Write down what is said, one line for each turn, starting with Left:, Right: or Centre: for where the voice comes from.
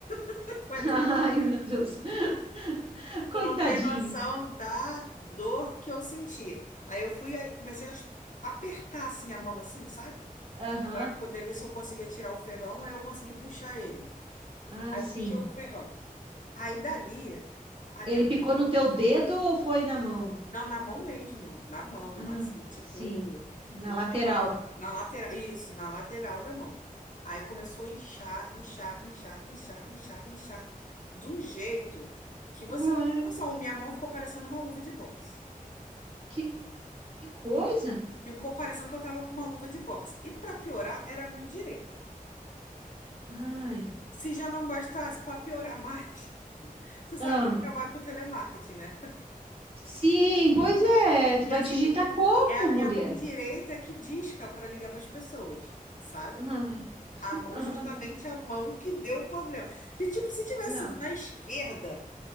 Left: <laughs> Coitada,
Right: <laughs> Ai, meu Deus. <laughs> Coitadinho.
Left: Tu não tem noção da dor que eu senti. Aí eu fui, aí comecei a es- apertar assim a mão, assim, sabe?
Right: Aham.
Left: Para poder ver se eu conseguia tirar o ferrão, aí eu consegui puxar ele.
Right: Ah,
Left: Aí
Right: sim.
Left: puxei o ferrão. Aí dali, a minha
Right: Ele picou no teu dedo ou foi na mão?
Left: Não, na mão mesmo, na mão,
Right: Ah,
Left: assim, tipo,
Right: sim. Na
Left: na,
Right: lateral.
Left: na lateral, isso, na lateral da mão. Aí começou a inchar, inchar, inchar, inchar, inchar, inchar, de um jeito que você
Right: Ué,
Left: não tem noção, minha mão ficou parecendo uma luva de boxe.
Right: que que coisa.
Left: Ficou parecendo que eu tava com uma luva de boxe. E pra piorar, era a mão direita.
Right: Ai.
Left: Se já não bastasse, pra piorar mais, <laughs> tu sabe
Right: Ah,
Left: que eu trabalho com telemarketing, né?
Right: sim, pois é. Tu
Left: E
Right: vai
Left: assim,
Right: digitar como,
Left: é a minha
Right: mulher?
Left: mão direita que disca pra ligar pras pessoas, sabe?
Right: Ai. <laughs>
Left: A mão, justamente a mão que deu o problema. Que, tipo, se tivesse
Right: Não.
Left: sido na esquerda,